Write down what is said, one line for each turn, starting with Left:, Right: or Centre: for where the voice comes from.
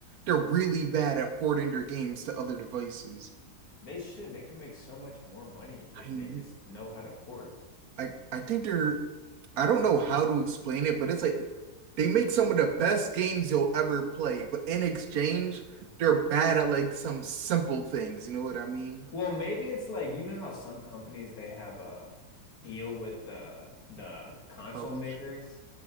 Right: they're really bad at porting their games to other devices.
Left: They should. They could make so much more money
Right: I
Left: if they just know how to port.
Right: I I think they're I don't know how to explain it, but it's like they make some of the best games you'll ever play, but in exchange, they're bad at like some simple things. You know what I mean?
Left: Well, maybe it's like you know how some companies they have a deal with the the console
Right: Publisher.
Left: makers